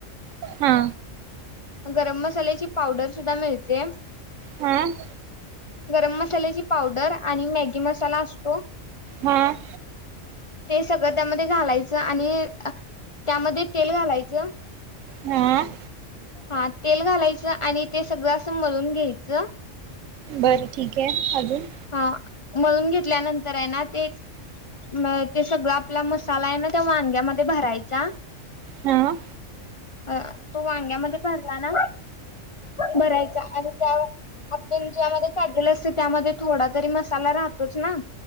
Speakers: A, on the right (about 75°); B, on the left (about 55°).
A: हा
B: गरम मसाल्याची पावडर सुद्धा मिळ जेम
A: हम!
B: गरम मसाल्याची पावडर आणि मॅगी मसाला असतो.
A: हम
B: ते सगळं त्यामध्ये घालायचं आणि त्यामध्ये तेल घालायचं
A: हम!
B: हा तेल घालायचं आणि ते सगळं असं मळून घ्यायचं.
A: बरं ठीक आहे. के अजून
B: हा मळून घेतल्यानंतर आहे ना? ते-ते सगळं आपला मसाला आहे ना त्या वांग्यामध्ये भरायचा.
A: हा!
B: अ तो वांग्यामध्ये भरला ना भरायचा आणि त्या आपण ज्यामध्ये काढलेलं अस त्यामध्ये थोडा तरी मसाला राहतोच ना